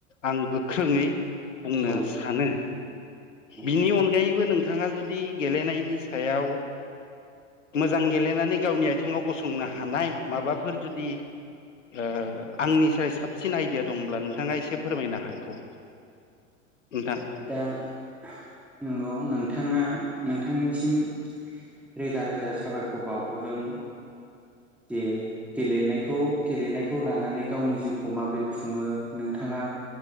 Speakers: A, on the left; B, in the centre.
A: आं गोख्रोङै बुंनो
B: औ
A: सानो बिनि
B: नोंथां
A: अनगायैबो नोंथाङा जु दि गेलेनायनि सायाव मोजां गेलेनानै गावनि आथिङाव गसंनो हानाय माबाफोर जुदि ओ आंनिसाय साबसिन आइडिया दंब्ला नोंथाङा एसे फोरमायनो हागौ। नोंथां
B: दा आह नंगौ नोंथाङा नोंथांनि सिम रोजा, रोजा साबायखर बावहरदों जे गेलेनायखौ-गेलेनायखौ लानानै गावनि जिउखौ माबोरै खुङो नोंथाङा